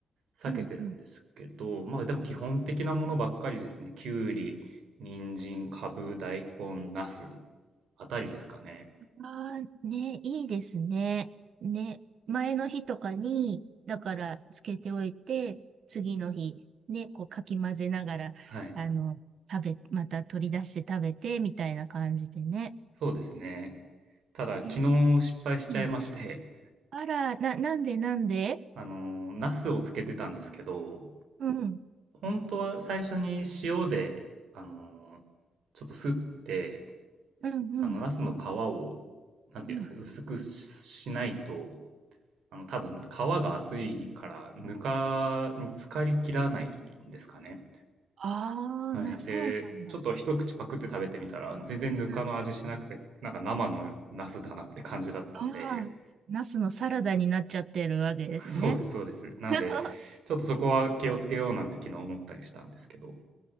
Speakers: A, on the right; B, on the right.
A: 避けてるんですけど、
B: うんうん
A: まあでも基本的なものばっかりですね。きゅうり、人参、かぶ、大根、なすあたりですかね。
B: ああ、ね、いいですね。ね、前の日とかに、だからつけておいて、次の日、ね、こうかき混ぜながら、
A: はい。
B: あの、食べ、また取り出して食べて、みたいな感じでね。
A: そうですね。ただ、昨日失敗しちゃいまして、
B: えーうん、あら、な、なんでなんで
A: あの、ナスをつけてたんですけど、
B: うん、
A: 本当は最初に塩で、あの、ちょっとすって、
B: うん、
A: あの、
B: うん、
A: ナスの皮を、なんていうんですかね、
B: うん。
A: 薄くしないと、あの、多分皮が厚いから、ぬかに浸かりきらないんですかね。
B: ああ、
A: はい。
B: な、
A: で、
B: そうなんだ。
A: ちょっと一口パクって食べてみたら、全然ぬかの味しなくて、
B: うん、
A: なんか生のナスだなって感じだったんで、
B: ああ、ナスのサラダになっちゃってるわけですね。
A: <laughs> そうです、そうです。なんで、
B: <laughs>
A: ちょっとそこは気をつけようなんて昨日思ったりしたんですけど。